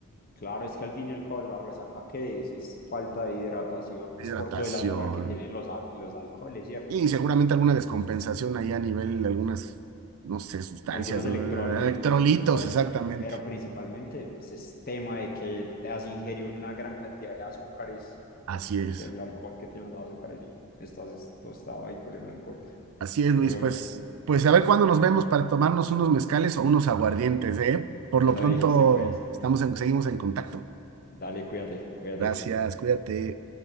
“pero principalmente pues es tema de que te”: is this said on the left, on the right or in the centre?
Left